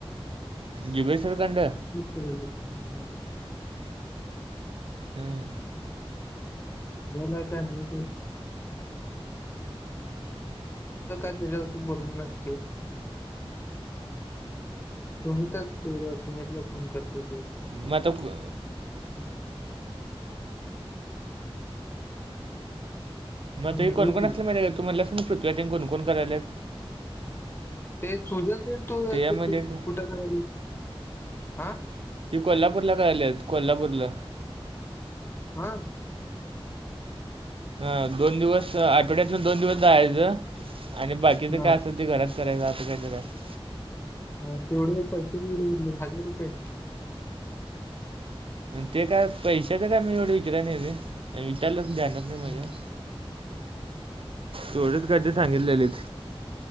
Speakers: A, on the right (about 65°); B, on the left (about 25°).
A: जुगेश्वर कंड?
B: <unintelligible>
A: हम्म.
B: <unintelligible> मी आज काय त्याच्यावर बोललो नसतो. सुमितच सुमितला फोन करतो.
A: मग आता कु-
B: <unintelligible>
A: मग ते
B: मी बोल
A: कोण कोण
B: की
A: असल्या माहीत ये का तु म्हणलासना उदघाटन कोण कोण करायलात.
B: ते सुजल ते न तू
A: त्याच्यामध्ये
B: कुठं करायली हा.
A: ती कोल्हापूर ला करायलात कोल्हापूरला
B: हा..
A: अ दोन दिवस आठवड्यातन दोन दिवस जायचं आणि बाकीचं
B: हा
A: काय असेल ते घरात <unintelligible>
B: मग केवढे पैसे दिले हजार रुपये?
A: ते काय पैशाच का मी एवढे विचारय नाही रे. विचारल तर ध्यानात
B: हम्म,
A: नाही माझ्या. थोडच
B: हम्म.
A: काय ते सांगितलेले.